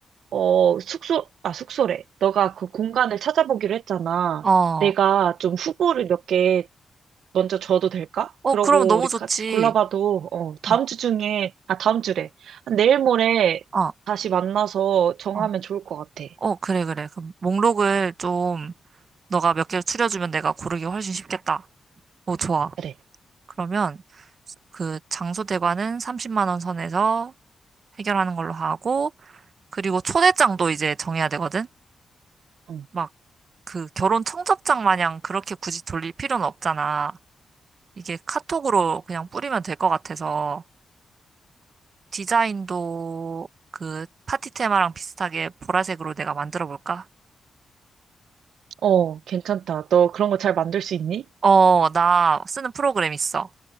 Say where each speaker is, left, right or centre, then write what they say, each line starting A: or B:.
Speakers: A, on the right; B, on the right.
A: 어, 숙소, 아, 숙소래. 너가 그 공간을 찾아보기로 했잖아.
B: 어,
A: 내가 좀 후보를 몇 개 먼저 줘도 될까?
B: 어,
A: 그러고
B: 그럼 너무
A: 우리
B: 좋지.
A: 같이 골라봐도, 어, 다음
B: 어,
A: 주 중에, 아, 다음 주래. 내일 모레
B: 어,
A: 다시 만나서 정하면
B: 어,
A: 좋을 것 같아.
B: 어, 그래, 그래. 그럼 목록을 좀, 너가 몇 개를 추려주면 내가 고르기 훨씬 쉽겠다. 어, 좋아.
A: 그래.
B: 그러면 그 장소 대관은 30만 원 선에서 해결하는 걸로 하고 그리고 초대장도 이제 정해야 되거든.
A: 응.
B: 막 그 결혼 청첩장 마냥 그렇게 굳이 돌릴 필요는 없잖아. 이게 카톡으로 그냥 뿌리면 될 것 같아서 디자인도 그 파티 테마랑 비슷하게 보라색으로 내가 만들어 볼까?
A: 어, 괜찮다. 너 그런 거 잘 만들 수 있니?
B: 어, 나 쓰는 프로그램 있어.